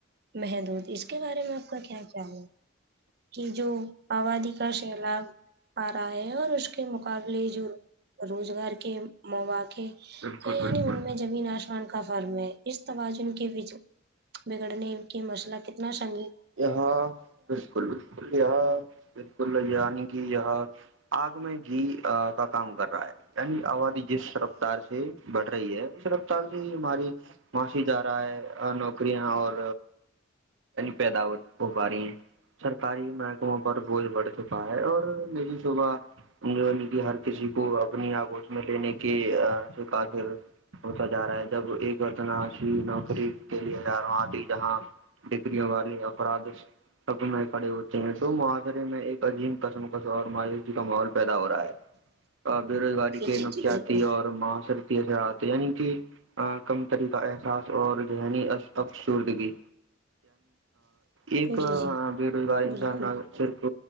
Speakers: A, on the right (about 55°); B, on the right (about 80°).
A: محدود اس کے بارے میں آپ کا کیا خیال ہے کہ جو آبادی کا سیلاب آ رہا ہے اور اس کے مقابلے جو روزگار کے مواقع
B: بالکل
A: یعنی
B: بالکل
A: ان میں زمین آسمان کا فرم ہے اس توازن کے وج بگڑنے کے مسئلہ کتنا سنگ
B: یہاں بالکل بالکل یہاں بالکل یعنی کہ یہاں آگ میں جی کا کام کر رہا ہے یعنی آبادی جس رفتار سے بٹ رہی ہے اس رفتار سے ہی ہماری معاش جا رہا ہے نوکریاں اور پیدا ہو پا رہی ہیں سرکاری محکموں پر بوجھ بڑھ چکا ہے اور نجی صبح جو ن کہ ہر کسی کو اپنی آگوش میں لینے کے سے کااف ہوتا جا رہا ہے جب ایک وتناسی نوکری کے لیے ہاروں آتی جہاں ڈگریوں والی افرادش سب میں کھڑے ہوتے ہیں تو معاشرے میں ایک عظیم قسم کسم اور مایوشی کا ماحول پیدا ہو رہا ہے بے روزگاری کے
A: جی جی
B: نقسیاتی
A: بالکل
B: اور ماصر اثرات یعنی کہ کم طریقہ احساس اور ذہنی افسوردگی ایک
A: جی جی
B: بےروزگاری
A: بالکل
B: سے صرف